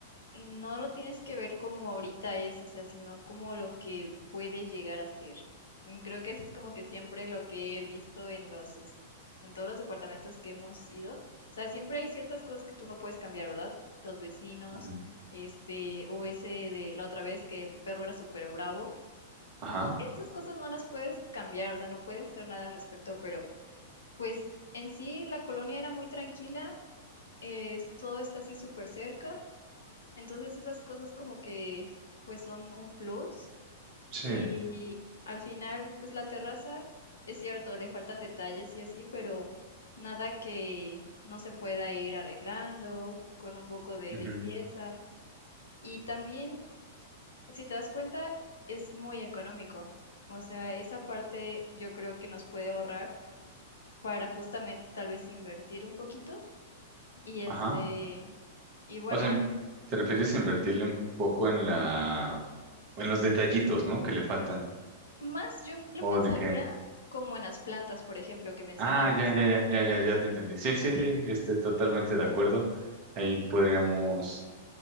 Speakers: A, on the left (about 75°); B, on the right (about 45°).
A: no lo tienes que ver como ahorita es, o sea, sino como lo que puede llegar a ser. Y Creo que eso es como que siempre lo que he visto en los, es- en todos los departamentos que hemos ido. O sea, siempre hay ciertas cosas que tú no puedes cambiar, ¿verdad? Los vecinos,
B: Ujú.
A: este, o ese de la otra vez que el perro era súper bravo.
B: Ajá,
A: Como estas cosas no las puedes cambiar, o sea, no puedes hacer nada al respecto, pero pues en sí la colonia era muy tranquila, eh, todo está así súper cerca. Entonces esas cosas como que pues son un plus
B: sí.
A: y al final pues la terraza es cierto, le faltan detalles y así, pero nada que no se pueda ir arreglando con un poco de
B: Ujú.
A: limpieza y también si te das cuenta es muy económico. O sea, esa parte yo creo que nos puede ahorrar para justamente tal vez invertir un poquito y este
B: Ajá.
A: y bueno,
B: O sea, te refieres a invertirle un poco en la, en los detallitos, ¿no? Que le faltan.
A: Más yo lo
B: ¿O
A: pensaría
B: de qué?
A: como en las plantas, por ejemplo, que mencionabas.
B: Ah, ya, ya, ya, ya, ya, ya te entendí. Sí, sí, sí,
A: Sí.
B: estoy totalmente de acuerdo. Ahí podríamos,